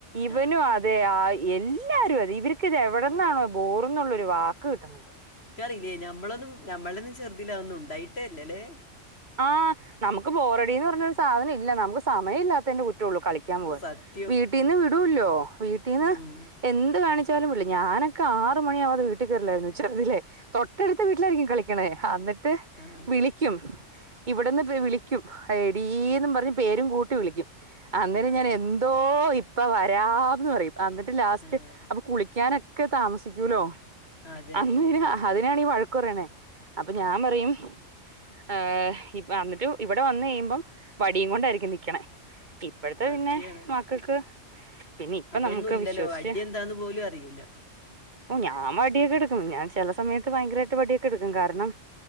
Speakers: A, on the right; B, on the left.
A: ഇവനും
B: ആ
A: അതെ ആ എല്ല <unintelligible> ഇവർക്ക് ഇത് എവിടെന്നാണോ
B: അതെ
A: ബോർന്നുള്ളൊരു വാക്ക് കിട്ടണത്.
B: ക്കറിയില്ലേനി ഞമ്മളൊന്നും നമ്മളൊന്നു ചെറുതിലെ അതൊന്നും ഉണ്ടായിട്ടേല്ലലേ
A: ആഹ് നമുക്ക് ബോറടിന്ന് പറഞ്ഞൊരു സാധനം ഇല്ല നമുക്ക് സമയം ഇല്ലാത്തതിന്റെ കു കളിക്കാൻ പോവാൻ
B: സത്യം
A: വീട്ടിന്ന് വിടുല്ലോ വീട്ടിന്ന്
B: ഉം
A: എന്ത് കാണി ച്ചാലും വിടില്ല ഞാനൊക്കെ ആറ് മണിയാവാതെ വീട്ടിൽ കേറില്ലായിരുന്നു ചെറുതിലെ തൊട്ടടുത്ത വീട്ടിലായിരിക്കും കളിക്കണേ എന്നിട്ട്
B: ആഹ്
A: വിളിക്കും. ഇവിടെന്ന് പേവിളിക്കും എടീ ന്നും പറഞ്ഞ് പേരും കൂട്ടി വിളിക്കും അന്നേരം
B: അതെ
A: ഞാൻ എ തോ ഇപ്പൊ വരാന്ന് പറയും എന്നിട്ട് ലാസ്റ്റ്
B: ആഹ്
A: അപ്പൊ കുളിക്കാനൊ ഒക്കെ താമസിക്കൂലോ
B: അതെ
A: അങ്ങ
B: അതെ
A: അതിനാണീ വഴക്കു പറയണേ അപ്പം ഞാൻ പറയും ഏ അന്നിട്ട് ഇവിടെ വന്ന് കഴിയുമ്പം വടിയും കൊണ്ടായിരിക്കും നിക്കണേ ഇപ്പോഴത്തെ
B: സത്യാണ്
A: പിന്നെ മക്കക്ക് പിന്നെ ഇപ്പൊ
B: അതൊന്നും
A: നമുക്ക്
B: ഇല്ലല്ലോ
A: വിശ്വസിച്ച്
B: അടി എന്താന്ന് പോലും അറിയൂല
A: ഓ ഞാൻ വടിയൊക്കെ എടുക്കും ഞാൻ ചില സമയത്ത് ഭയങ്കരാ യിട്ട് വടിയൊക്കെ എടുക്കും കാരണം